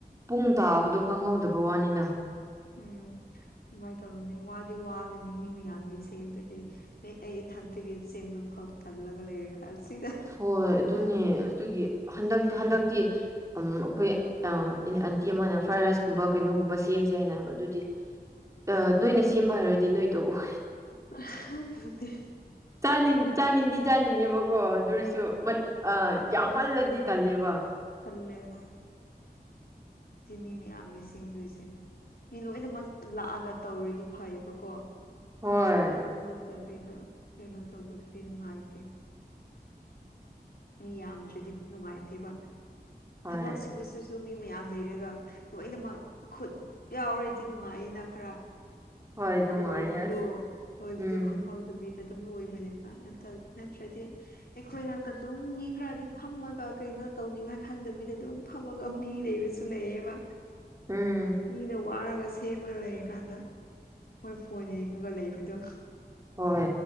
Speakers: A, on the right (about 20°); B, on the left (about 65°).
A: ꯄꯨꯡ ꯇꯥꯕꯗꯣ ꯈꯪꯍꯧꯗꯕ ꯋꯥꯅꯤꯅ
B: ꯎꯝ ꯑꯗꯨꯃꯥꯏꯅ ꯇꯧꯔꯅꯤ ꯋꯥꯗꯤ ꯋꯥꯒꯅꯤ ꯃꯤ ꯃꯌꯥꯝꯒꯤ ꯁꯦꯝꯕꯗꯤ ꯑꯩ ꯏꯊꯟꯇꯒꯤ ꯁꯦꯝꯕ ꯐꯥꯎ ꯇꯜꯂꯒ ꯂꯩꯔ ꯀꯥꯟꯁꯤꯗ
A: ꯍꯣꯏ ꯑꯗꯨꯅꯦ ꯑꯗꯨꯒꯤ ꯍꯟꯗꯛꯇ ꯍꯟꯗꯛꯇꯤ ꯑꯝ ꯑꯩꯈꯣꯏ ꯑꯟꯇꯤ ꯑꯃꯅ ꯐ꯭ꯔꯥꯏ ꯔꯥꯏꯁꯀꯨꯝꯕ ꯀꯩꯅꯣꯒꯨꯝꯕ ꯁꯦꯝꯁꯦ ꯍꯥꯏꯅꯕꯗꯨꯗꯤ ꯑ ꯅꯣꯏꯅ ꯁꯦꯝꯕ ꯍꯥꯏꯔꯗꯤ ꯅꯣꯏ ꯇꯧꯑꯣ
B: ꯑ <unintelligible> ꯑꯗꯨꯗꯤ
A: ꯆꯥꯅꯤꯡ ꯆꯥꯅꯤꯡꯗꯤ ꯆꯥꯅꯤꯡꯉꯦꯕꯀꯣ ꯑꯗꯨ ꯑꯣꯢꯔꯁꯨ
B: ꯑꯥ
A: ꯃꯠ ꯑ ꯌꯥꯝꯃꯜꯂꯗꯤ ꯇꯜꯂꯦꯕ
B: ꯇꯜꯂꯦ ꯍꯣꯢ ꯁꯤ ꯃꯤ ꯃꯌꯥꯝꯒꯤ ꯁꯦꯝꯗꯣꯏꯁꯦ ꯃꯤ ꯂꯣꯏꯅꯃꯛ ꯂꯥꯛꯑꯒ ꯇꯧꯔꯗꯤ ꯐꯩꯌꯦꯕꯀꯣ
A: ꯍꯣꯏ
B: ꯑꯗꯨ ꯅꯠꯇꯕꯤꯗ ꯀꯩꯅꯣ ꯇꯧꯕꯗꯨꯗꯤ ꯅꯨꯡꯉꯥꯏꯇꯦ ꯃꯤ ꯌꯥꯝꯗ꯭ꯔꯗꯤ ꯅꯨꯡꯉꯥꯏꯇꯦꯕ
A: ꯍꯣꯏ
B: ꯊꯕꯛ ꯁꯨꯕꯁꯨ ꯑꯗꯨ ꯃꯤ ꯃꯌꯥꯝ ꯂꯩꯔꯒ ꯂꯣꯏꯅꯃꯛ ꯈꯨꯠ ꯌꯥꯎꯔꯗꯤ ꯅꯨꯡꯉꯥꯏꯌꯦꯅ ꯈꯔ
A: ꯍꯣꯏ ꯅꯨꯡꯉꯥꯏꯌꯦ
B: ꯂꯣꯏꯕꯗꯣ
A: ꯑꯁ
B: ꯂꯣꯏꯕꯗꯣ
A: ꯎꯝ
B: ꯈꯪꯍꯧꯗꯕꯤꯗ ꯑꯗꯨꯝ ꯂꯣꯏꯕꯅꯦꯕ ꯅꯠꯇ ꯅꯠꯇ꯭ꯔꯗꯤ ꯑꯩꯈꯣꯏ ꯅꯥꯛꯇ ꯑꯗꯨꯝ ꯃꯤ ꯈꯔꯗꯤ ꯐꯝꯃꯒ ꯀꯩꯅꯣ ꯇꯧꯅꯤꯉꯥꯏ ꯈꯪꯗꯕꯤꯗ ꯑꯗꯨꯝ ꯐꯝꯃꯒ ꯃꯤ ꯂꯩꯕꯁꯨ ꯂꯩꯌꯦꯕ
A: ꯎꯝ
B: ꯃꯤꯅ ꯋꯥꯔꯒ ꯁꯦꯝꯃ ꯂꯩꯔꯀꯥꯟꯗ ꯃꯣꯏ ꯐꯣꯟ ꯌꯦꯡꯉꯒ ꯂꯩꯕꯗꯣ
A: ꯍꯣꯏ